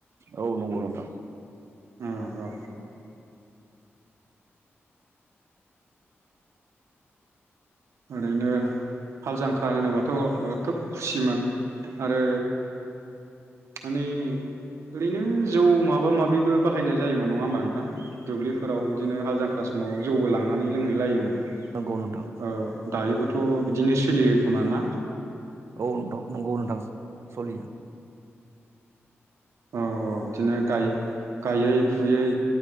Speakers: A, on the right (about 65°); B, on the right (about 80°).
A: औ नंगौ नोंथां
B: ओ औ ओरैनो हाल जांख्रा होनोबाथ' खोब खुसिमोन आरो माने ओरैनो जौ माबा माबिबो बाहायनाय जायोमोन नङा होमबा नोंथां दुब्लिफोराव बिदिनो हाल जांख्रा समाव जौबो लांनानै लोंहैलायोमोन।
A: नंगौ नोंथां।
B: औ दायोबोथ' बिदिनो सोलियो खोमाना।
A: औ नोंथाव नोंगौ नोंथां सलियो।
B: औ औ बिदिनो गाय-गायै फुयै